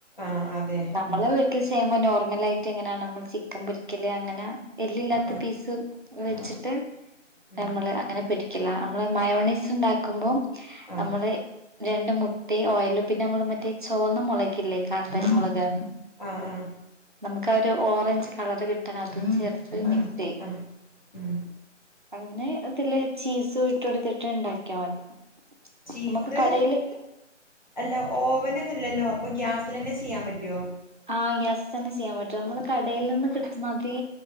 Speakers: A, on the left; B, on the right.
A: ആഹ് അതെ
B: നമ്മളെ
A: ആഹ്
B: വീട്ടിൽച് ചെയുമ്പം നോർമലായിട്ടെങ്ങനാണോ നമ്മള് ചിക്കൻ പൊരിക്കല് അങ്ങന എല്ലില്ലാത്ത
A: ആഹ്
B: പീസ് വെച്ചിട്ട്
A: ആഹ് ഉം
B: നമ്മള് അങ്ങനെ പൊരി ക്ക്യലാ നമ്മള് മയോണയ്സ് ഇണ്ടാക്കുമ്പോ
A: ആഹ്
B: നമ്മള് രണ്ട് മു ട്ടീം ഓയലും പിന്നമ്മള് മറ്റേ ചോന്ന മൊളകില്ലേ കാന്താരി
A: ആഹ്
B: മൊളക്,
A: ആഹ് ആഹ്
B: നമുക്കാ ഒരു ഓറഞ്ച് കളറ് കിട്ടാൻ അതും ചേർത്ത് മിക്സ്സെയ്യും.
A: ആഹ് ആഹ് ഉം
B: അങ്ങനെ ഇതില് ചീസും ഇട്ടൊടുത്തിട്ട് ഇണ്ടാക്കിയാ മതി.
A: ചീസ്
B: നമുക്ക് കടേല്
A: അല്ല ഓവനൊന്നുല്ലല്ലോ അപ്പൊ ഗ്യാസ് ലെന്നെ ചെയ്യാൻ പറ്റോ?
B: ആഹ് ഗ്യാസ് തന്നെ ചെയ്യാൻ പറ്റും. നമ്മള് കടേല് ന്ന് കിട്ടുന്നതേ